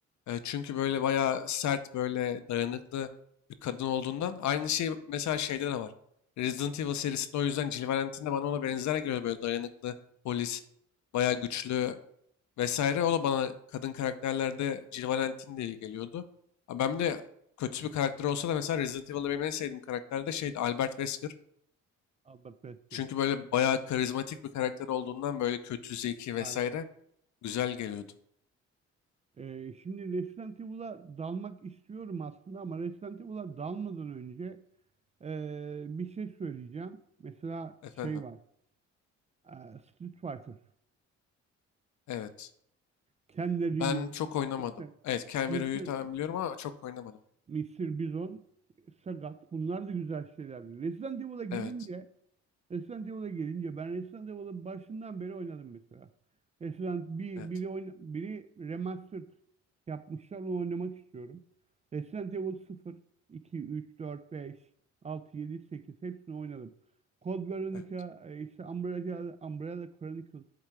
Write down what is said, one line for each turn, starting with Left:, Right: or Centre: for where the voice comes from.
Left: E, çünkü böyle bayağı sert, böyle dayanıklı bir kadın olduğundan. Aynı şey mesela şeyde de var. Resident Evil serisinde o yüzden Jill Valentine de bana ona benzer geliyor. Böyle dayanıklı, polis, bayağı güçlü vesaire. O da bana kadın karakterlerde Jill Valentine diye geliyordu. Ha, Ben bir de kötü bir karakter olsa da mesela Resident Evil'da benim en sevdiğim karakter de şeydi Albert Wesker.
Right: Albert Wesker.
Left: Çünkü böyle bayağı karizmatik bir karakter olduğundan böyle kötü, zeki vesaire
Right: Harika.
Left: güzel geliyordu.
Right: Ee, şimdi Resident Evil'a dalmak istiyorum aslında ama Resident Evil'a dalmadan önce ee, bir şey söyleyeceğim. Mesela
Left: Efendim.
Right: şey var. ee, Street Fighter.
Left: Evet.
Right: Ken de
Left: Ben
Right: Ryu.
Left: çok oynamadım.
Right: işte
Left: Evet, Ken
Right: Mr.
Left: ve Ryu'yu tamam biliyorum ama çok oynamadım.
Right: Mr. Bison. Sagat. Bunlar da güzel şeylerdi. Resident Evil'a gelince
Left: Evet.
Right: Resident Evil'a gelince ben Resident Evil'ı başından beri oynadım mesela. Resident bir
Left: Evet.
Right: biri oyna, biri remastered yapmışlar onu oynamak istiyorum. Resident Evil sıfır iki üç dört beş altı yedi sekiz hepsini oynadım. Code Veronica,
Left: Evet.
Right: e, işte Umbrella, Umbrella Chronicles